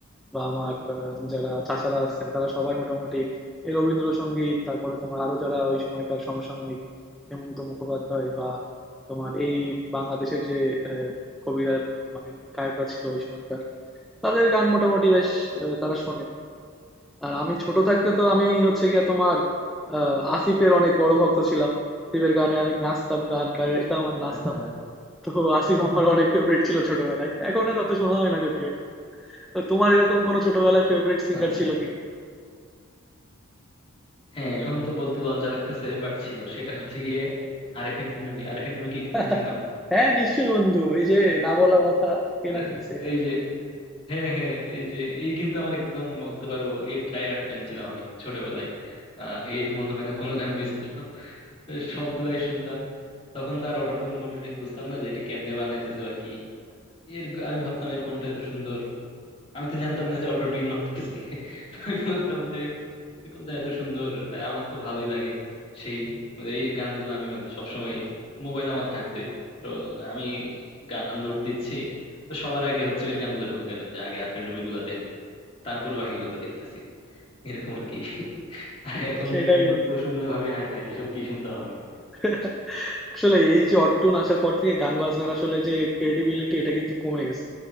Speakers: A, in the centre; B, on the left.
A: বা আমার আহ, যারা চাচারা আছেন তারা সবাই মোটামুটি এই রবীন্দ্রসঙ্গীত তারপরে তোমার আরো যারা ওই সময়কার সমসাময়িক হেমন্ত মুখোপাধ্যায় বা তোমার এই বাংলাদেশের যে আহ, কবিরা মানে গায়করা ছিল ওই সময়কার তাদের গান মোটামুটি বেশ আহ, তারা শোনে আর আমি ছোট থাকতে তো আমি হচ্ছে গিয়ে তোমার আহ, আসিফের অনেক বড় ভক্ত ছিলাম আসিফের গানে আমি নাচতাম গান গাইতাম আর নাচতাম
B: আচ্ছা
A: তো আসিফ আমার অনেক ফেভারিট ছিল ছোটবেলায় এখন আর অত শোনা হয় না যদিও তো তোমার এরকম কোনো ছোটবেলায় ফেভারিট সিঙ্গার
B: আচ্ছা
A: ছিল কিনা
B: হ্যাঁ এখন তো বলতে লজ্জা লাগতেছে বাট ছিল সেটা হচ্ছে গিয়ে আরেফিন রুমি আরেফিন রুমি কি
A: <laughs>
B: তুমি চিনো
A: হ্যাঁ নিশ্চয়ই বন্ধু এই যে না বলা কথা কে
B: <laughs>
A: না শুনছে এটা
B: এই যে হ্যাঁ হ্যাঁ এই যে এই কিন্তু আমার একদম বলতে পারো এর ডাই হার্ড ফ্যান ছিলাম আমি ছোটবেলায় আহ এর মনে হয় না কোনো গান মিস করলাম সবগুলাই শুনতাম তখন তো আর অটোটিউন মোটোটিউন বুঝতাম না যে এটা কেমনে বানাইতেছে বা কি এর গ- আমি ভাবতাম এর কোনটা এত সুন্দর আমি তো জানতাম না যে অটো টিউন মারতেছে তো আমি বলতাম যে এর কোনটা এত সুন্দর তাই আমার তো ভালোই লাগে সেই মানে এর গানগুলো আমি মানে সবসময় মোবাইল আমার থাকতোই তো আমি গান লোড দিচ্ছি তো সবার আগে হচ্ছে ওই গানগুলো ঢুকিয়ে দিতাম যে আগে আরফিন রুমির গুলো দেন তারপরে বাকিগুলো দেখতেছি এরকম আর কি আর এখন
A: সেটাই বন্ধু
B: তো শুনলে ভাবি হাই হাই এসব কি শুনতাম আমি
A: <laughs> আসলে এই যে অটোটুন আসার পর থেকে গান বাজনার আসলে যে ক্রেডিবিলিটি এটা কিন্তু কমে গেছে